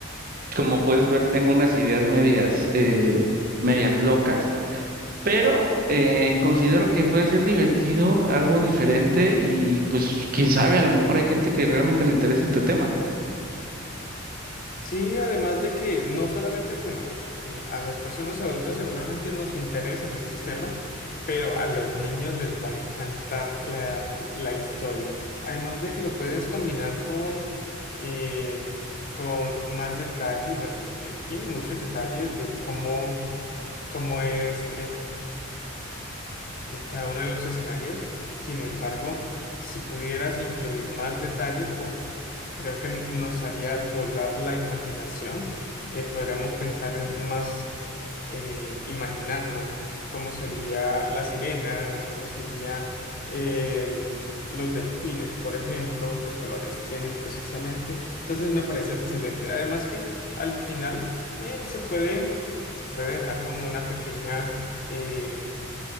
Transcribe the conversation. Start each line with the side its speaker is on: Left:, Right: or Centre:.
Right: como puedes ver tengo unas ideas medias, eh, medias locas pero eh, considero que puede ser divertido, algo diferente y pues quién sabe, a lo mejor hay gente que realmente le interesa este tema.
Left: Sí, además de que no solamente, bueno, eh, a las personas adultas seguramente nos interesan estos temas, pero a los niños les va a encantar la, la historia. Además de que lo puedes combinar con, eh, con más detalles, bueno, eh, tiene muchos detalles de cómo, cómo es eh, cada uno de los escenarios. Sin embargo, si pudieras incluir más detalles, uf, creo que nos haría volar la imaginación. Eh, podríamos pensar en más, eh, imaginarnos cómo sería la sirena, o cómo sería eh, el- los delfines, por ejemplo, qué colores tienen precisamente. Entonces me parece excelente. Además que al final eh, se puede, se puede dejar como una pequeña... eh,